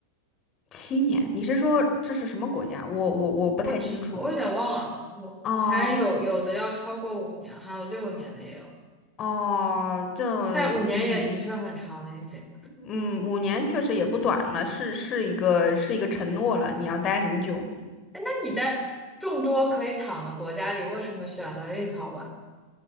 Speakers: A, on the left (about 30°); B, in the centre.
A: 七年？你是说这是什么国家？我我我不太清楚。
B: 我知我有点忘了，我反正有有的要超过五年，
A: 哦
B: 还有六年的也有，
A: 哦，这
B: 但五年也的确很长了一点。
A: 嗯。嗯，五年确实也不短了，是是一个是一个承诺了，你要待很久。
B: 那你在众多可以躺的国家里，为什么选了立陶宛？